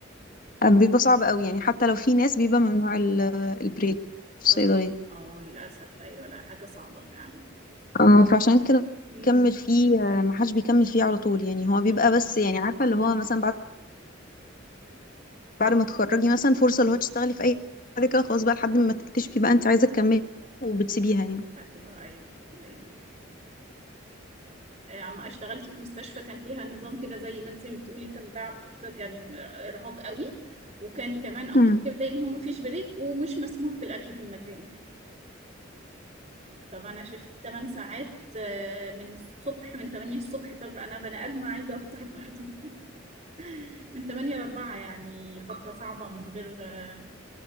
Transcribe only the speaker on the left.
آه، بيبقى صعب قوي يعني حتى لو في ناس بيبقى ممنوع ال- البريك في
الصيدلية
اه فعشان كده
بيكمل فيه ما حدش بيكمل فيه على طول يعني هو بيبقى
بس يعني عارفة اللي هو مثلا بعد بعد ما تخرجي مثلا فرصة اللي هو تشتغلي في أي حاجة كده خلاص بقى لحد ما تكتشفي بقى أنت عايزة تكملي وبتسيبيها يعني
مم.